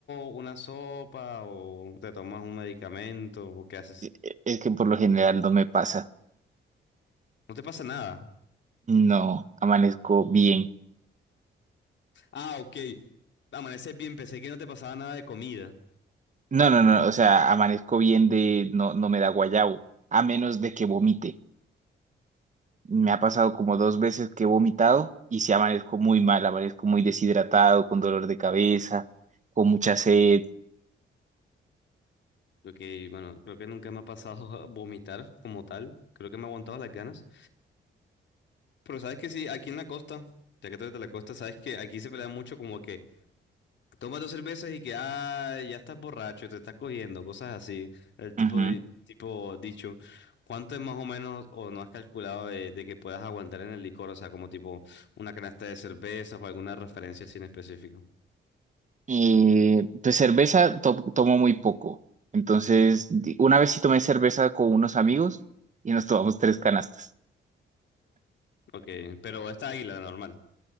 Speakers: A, on the left (about 70°); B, on the right (about 40°).
A: una sopa o te tomas un medicamento o qué haces?
B: Eh, Es que por lo general no me pasa.
A: No te pasa nada.
B: No, amanezco bien.
A: Ah, ok. Amaneces bien, pensé que no te pasaba nada de comida.
B: No, no, no, o sea, amanezco bien de, no, no me da guayabo, a menos de que vomite. Me ha pasado como dos veces que he vomitado y si amanezco muy mal, amanezco muy deshidratado, con dolor de cabeza, con mucha sed.
A: Ok, bueno, creo que nunca me ha pasado <laughs> a vomitar como tal. Creo que me ha aguantado las ganas. Pero sabes que sí, aquí en la costa, ya que tú eres de la costa, sabes que aquí se pelea mucho como que tomas dos cervezas y que ah, ya estás borracho, te estás cogiendo, cosas así. El tipo
B: Ujú.
A: de tipo dicho. ¿Cuánto es más o menos o no has calculado de, de que puedas aguantar en el licor? O sea, como tipo una canasta de cervezas o alguna referencia así en específico.
B: Y pues cerveza to- tomo muy poco. Entonces, di- una vez sí tomé cerveza con unos amigos y nos tomamos tres canastas.
A: Ok, pero esta águila normal.